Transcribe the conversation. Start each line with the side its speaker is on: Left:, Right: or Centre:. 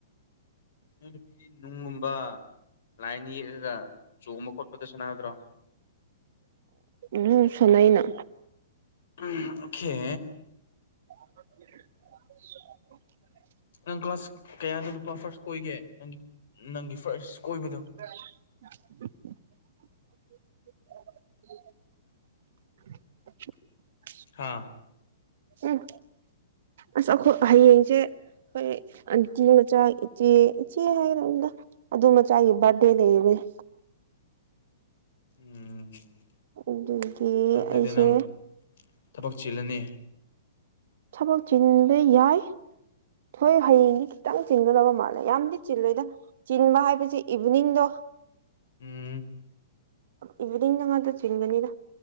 Left: ꯅꯣꯏ ꯅꯨꯄꯤꯗꯤ ꯅꯨꯡꯒꯨꯝꯕ ꯂꯥꯏꯟ ꯌꯦꯛꯑꯒ ꯆꯣꯡꯕ ꯈꯣꯠꯄꯗꯣ ꯁꯅꯥꯒꯗ꯭ꯔꯣ꯫
Right: ꯅꯨꯡ ꯁꯥꯅꯩꯅ꯫
Left: ꯑꯣꯈꯦ꯫
Right: <unintelligible>
Left: ꯅꯪ ꯀ꯭ꯂꯥꯁ ꯀꯌꯥꯗ ꯅꯨꯄꯥ ꯐꯥꯔꯁ ꯀꯣꯏꯒꯦ ꯅꯪ ꯅꯪꯒꯤ ꯐꯥꯔꯁ ꯀꯣꯏꯕꯗꯣ꯫
Right: <unintelligible> <unintelligible>
Left: ꯍꯥ꯫
Right: ꯎꯝ ꯑꯁ ꯑꯩꯈꯣꯏ ꯍꯌꯦꯡꯁꯦ ꯍꯣꯏ ꯑꯟꯇꯤ ꯃꯆꯥ ꯏꯆꯦ ꯏꯆꯦ ꯍꯥꯏꯈ꯭ꯔꯅꯤꯗ ꯑꯗꯨ ꯃꯆꯥꯒꯤ ꯕꯥꯔꯗꯦ ꯂꯩꯌꯦꯕ꯫ <unintelligible>
Left: ꯎꯝ꯫
Right: ꯑꯗꯨꯒꯤ
Left: ꯑꯗꯨꯗꯤ
Right: ꯑꯩꯁꯦ꯫
Left: ꯅꯪ ꯊꯕꯛ ꯆꯦꯜꯂꯅꯤ꯫
Right: ꯊꯥꯕꯛ ꯆꯤꯟꯕ ꯌꯥꯏ꯫ ꯍꯣꯏ ꯍꯌꯦꯡꯗꯤ ꯈꯤꯇꯪ ꯆꯤꯟꯒꯗꯕ ꯃꯥꯜꯂꯦ ꯌꯥꯝꯗꯤ ꯆꯤꯜꯂꯣꯏꯗ ꯆꯤꯟꯕ ꯍꯥꯏꯕꯁꯤ ꯏꯚꯤꯅꯤꯡꯗꯣ꯫ <inaudible>
Left: ꯎꯝ꯫
Right: ꯏꯚꯤꯅꯤꯡꯗ ꯉꯥꯛꯇ ꯆꯤꯟꯒꯅꯤꯅ